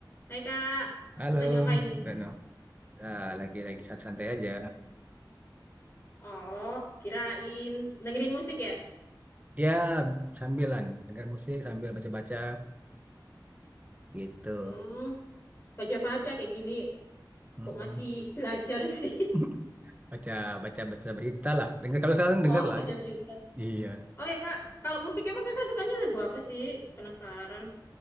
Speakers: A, on the left; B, on the right.
A: Hai Kak,
B: Halo,
A: lagi ngapain nih?
B: Reno. Ah, Lagi-lagi santai aja.
A: Oh, kirain dengerin musik ya?
B: Ya, sambilan dengar musik sambil baca-baca gitu.
A: Hmm, baca-baca kayak gini
B: Mm-mm.
A: kok masih belajar sih.
B: <laughs> Baca baca baca berita lah. Dengar kalau
A: <laughs>
B: sekarang
A: Wah,
B: dengar lah
A: baca
B: ya.
A: berita.
B: Iya.
A: Oh ya Kak, kalau musik emang Kakak sukanya lagu apa sih? Penasaran.